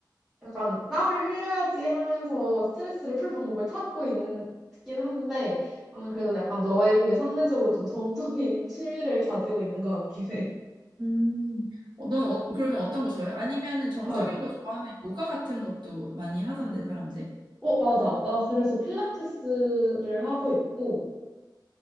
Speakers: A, in the centre; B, on the right.
A: 약간 땀을 흘려야지 하면서 스트레스를 풀 방법을 찾고 있긴 한데 나는 그래도 약간 너에 비해 상대적으로 좀 정적인 <laughs> 취미를 가지고 있는 것 같긴 해.
B: 음, 어, 넌 어, 그러면 어떤 거 좋아해? 아니면은 정적인
A: 어,
B: 거 좋아하면 요가 같은 것도 많이 하던데, 사람들?
A: 어, 맞아. 나 그래서 필라테스를 하고 있고